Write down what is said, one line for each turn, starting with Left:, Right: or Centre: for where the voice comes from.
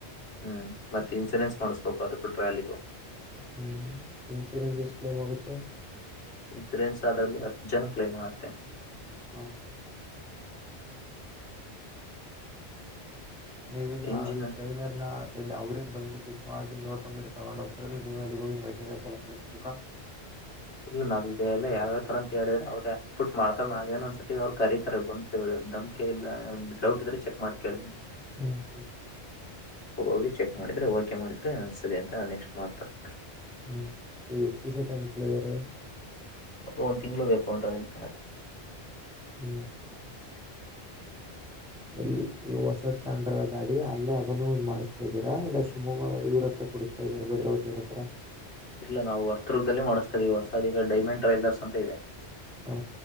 Left: ಹ್ಮ್ ಮತ್ತೆ ಇನ್ಸೂರೆನ್ಸ್ ಮಾಡಸ್ಬೇಕು ಅದಕ್ಕೂಟ್ರ್ಯಾಲಿಗು
Centre: ಹ್ಮ್ ಇನ್ಸೂರೆನ್ಸ್ ಎಷ್ಟ ೇಮ್ ಹೋಗುತ್ತೆ
Left: ಇನ್ಸೂರೆನ್ಸ್ ಅದರಲ್ಲಿ ಅತ್ತು ಜನ ಕ್ಲೈಮ್ ಆಗತ್ತೆ
Centre: ಹಾ ನೀವೀಗ
Left: ಇಂಜಿನ್
Centre: ಟ್ರೈಲರ್ ನ ಎಲ್ಲಿ ಅವ್ರೇ ಬಂದ್ಬ ಟಿಪ್ ಮಾಡಿ ನೋಡ್ಕೊಂಡ್ಬಿಟ್ಟು ತಗೊಂಡುೋಗತ್ತರ ನೀವು ಅಲ್ಲಿ ಹೋಗಿ ಮೆಟೀರಿಯಲ್ಸ್ ಎಲ್ಲಬೇಕಾ
Left: ಇಲ್ಲ ನಾವ ಇಲ್ಲ ಯಾವ್ಯಾವ ತರ ಅಂತ ಹೇಳಿದ್ರ ಅವ್ರ ಪುಟ್ ಮಾಡ್ತಾರ ನಾವೇನ ಅಂದಸತಿ ಅವ್ ಕರೀತಾರೆ ಬಂದ ದಮ್ೆಲ್ಲ ಒ ಡೌಟ್ ಇದ್ರೆ ಚೆಕ್ ಮಾಡ್ ಕೇಳಿ
Centre: ಹ್ಮ್ ಹ್ಮ್
Left: ಹೋಗೋಗಿ ಚೆಕ್ ಮಾಡಿದ್ರೆ ಓಕೆ ಮಾಡಿದ್ರೆ ಸರಿ ಅಂತ ನೆಕ್ಸ್ಟ್ ಮಾಡ್ತಾರೆ
Centre: ಹ್ಮ್ ಈಗ ಎಷ್ಟು ದಿವಸ ಟೆಂಪಲ್ ಇದಾರೆ
Left: ಅವರು ಒ್ ತಿಂಗ್ಗಳು ಬೇಕೋ್ರ ಅಲ್ಲಿ
Centre: ಹ್ಮ್ ಎಲ್ಲಿ ಈ ಹೊಸದ ತಂಡ್ರದ ಗಾಡಿ ಅಲ್ಲೇ ಅದನ್ನು ಮಾಡತ ಾ ಇದೀರಾ ಇಲ್ಲ ಶಿವಮೊಗ್ಗ ಇವ್ರ ಹತ್ರ ಕುಡಿಸ್ತಾ ಇದ್ದೀರ ಭದ್ರಾವತಿಿಯವ್ರ ಹತ್ರ
Left: ಇಲ್ಲ ನಾವು ವಸ್ತ್ರದಲ್ಲಿೇ ಮಾಡಿಸ್ತಾ ಇದೀವಿ ಹೊಸದ ಈಗ ಡೈಮಂಡ್ ಟ್ರೈ್ಲರ್ಸ್ ಅಂತ ಇದೆ
Centre: ಹಾ